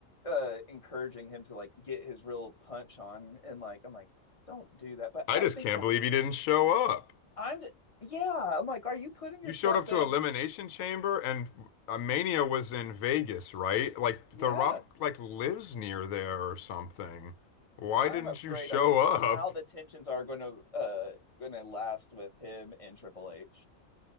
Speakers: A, on the left (about 30°); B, on the left (about 75°).
A: uh, encouraging him to like get his real punch on, and like, I'm like, don't do that. But
B: I
A: I
B: just
A: think
B: can't
A: the
B: believe he didn't show up.
A: I'm, yeah, I'm like, are you putting yourself
B: You showed up to
A: in?
B: Elimination Chamber and uh, Mania was in Vegas, right? Like
A: Yeah,
B: The Rock like lives near there or something. Why
A: I'm
B: didn't
A: afraid
B: you show
A: of
B: up?
A: how the tensions are going to uh going to last with him and Triple H.